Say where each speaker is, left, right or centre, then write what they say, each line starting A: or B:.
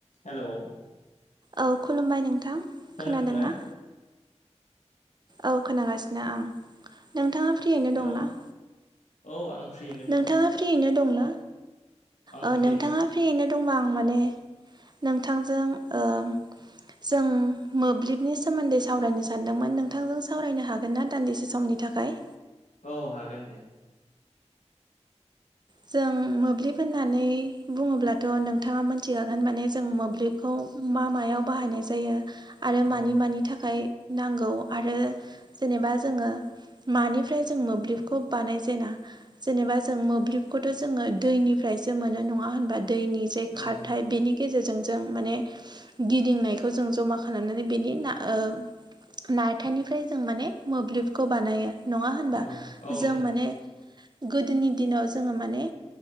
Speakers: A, on the left; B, on the right.
A: Hello
B: औ खुलुमबाय नोंथां
A: खोनादोंना
B: खोनादों ना? औ खोनागासिनो आं नोंथांङा फ्रियैनो
A: औ
B: दंना?
A: औ आं फ्रियैनो
B: नोंथाङा
A: दंङ।
B: फ्रियैनो दंना? ओ
A: फ्रि
B: नोंथांङा फ्रियैनो दंबा आं माने नोंथांजों ओ जों मोब्लिबनि सोमोन्दै सावरायनो सानदोंमोन नोंथांजों सावरायनो हाग गोन ना दान्दिसे समनि थाखाय
A: औ हागोन दे।
B: जों मोब्लिब होननानै बुंङोब्लाथ नोंथांङा मोनथिखागोन माने जों मोब्लिबखौ मा मायाव बाहायनाय जायो आरो मानि
A: औ
B: मानि थाखाय नांगौ आरो जेनेबा जोंङो मानिफ्राय जों मोब्लिबखौ बानायजेना जेनेबा जों मोब्लिब खौथ जोंङो दैनिफ्रायसो मोनो नंङा होनबा? दैनि जे
A: औ
B: खारथाय बेनि गेजेरजों जों माने गिदिंनायखौ जों जमा खालामनानै बेनि ना ओ नारथायनिफ्राय जों माने मोब्लिबखौ बानायो। नंङा होनबा
A: औ औ
B: जों
A: नंगौ
B: माने गोदोनि दिनाव जोंङो माने